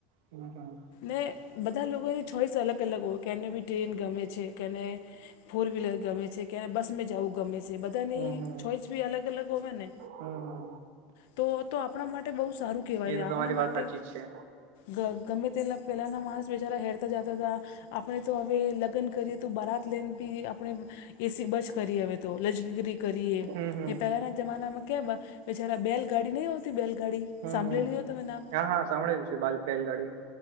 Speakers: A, on the right; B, on the left.
A: હમમ હમમ.
B: ને બધા લોકોની ચોઈસ અલગ અલગ હોય કેને બી ટ્રેન ગમે છે કેને ફોર વ્હીલર ગમે છે કે આ બસ મે જાવું ગમે છે. બધાની
A: હમ હમ
B: ચોઈસ બી અલગ અલગ હોય ને.
A: હમ હમ
B: તો તો આપણા માટે બો સારું કેહવાય.
A: એ તો તમારી
B: આપણા
A: વાત
B: માટે
A: સાચી જ છે.
B: ગવ ગમે તેલાં પહેલાં માણસ બિચારા હેરતા જતા હતા. આપણે તો હવે લગ્ન કરીએ તો બારત લઈને બી આપણે એસી બચ કરયે હવે તો લજગીરી કરીએ
A: હમ હમ
B: ને પહેલાંના જમાનામાં કેવા હતા કે બેલગાડી નહીં આવતી બેલગાડી.
A: હમ
B: સાંભડેલુ
A: હમ.
B: હો તમે નામ.
A: હા હા સાંભળેલું છે. એ <unintelligible> બેલગાડી.